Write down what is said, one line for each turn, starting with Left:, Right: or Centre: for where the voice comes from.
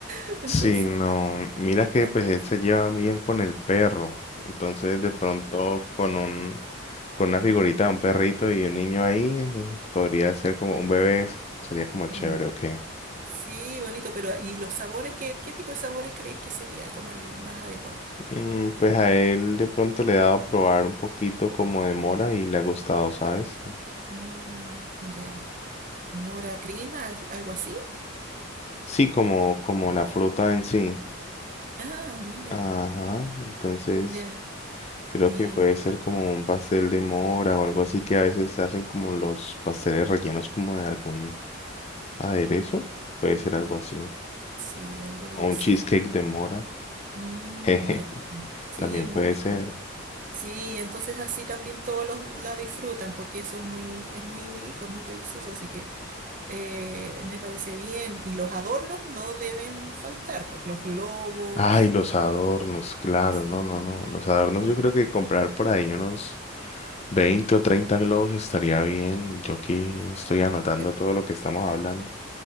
Right: <laughs> Entonces,
Left: Sí, no, mira que
Right: entonces,
Left: pues él se lleva bien con el perro, entonces de pronto con un, con una figurita de un perrito y un niño ahí, eh, podría ser como un bebé, sería como
Right: mm,
Left: chévere, ok.
Right: sí, bonito, pero ¿y los sabores? ¿Qué, qué tipo de sabores crees que sería como el más adecuado?
Left: Mm, pues a él de pronto le he dado a probar un poquito como de mora y le ha gustado, ¿sabes?
Right: Mm, ya. ¿Temora crema? al- ¿Algo así?
Left: Sí, como, como la fruta en sí.
Right: Ah, mira.
Left: Ajá,
Right: mira,
Left: entonces
Right: Ya.
Left: Creo
Right: Y
Left: que puede ser como un pastel de mora o algo así que a veces hacen como los pasteles rellenos como de algún aderezo. Puede ser algo
Right: mm,
Left: así.
Right: sí, algo dulce.
Left: O un cheesecake de mora.
Right: Mmm,
Left: <laughs> Jeje,
Right: qué rico. Sí,
Left: también
Right: muy
Left: puede
Right: rico.
Left: ser.
Right: Sí, entonces así también todos los la disfrutan porque eso es muy, es muy rico, es muy delicioso, así que eh, me parece bien. Y los adornos no deben faltar, pues los globos.
Left: Ay, los adornos, claro,
Right: Sí,
Left: no, no, no. Los adornos
Right: los,
Left: yo creo que
Right: y-
Left: comprar por ahí unos 20 o 30 globos estaría bien. Yo aquí estoy
Right: y-
Left: anotando todo lo que estamos hablando.